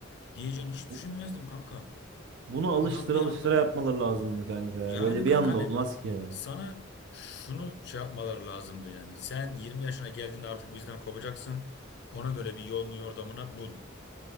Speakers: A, on the left (about 60°); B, on the right (about 65°).
A: diyeceğini hiç
B: bu-
A: düşünmezdim kanka.
B: bunu alıştıra
A: Adam bir
B: alıştıra
A: anda
B: yapmaları lazımdı kanka ya.
A: yani
B: Böyle
A: kanka
B: bir anda
A: hani
B: olmaz ki ya.
A: sana şunu şey yapmaları lazımdı yani. Sen 20 yaşına geldiğinde artık bizden kopacaksın. Ona göre bir yolunu yordamına bul.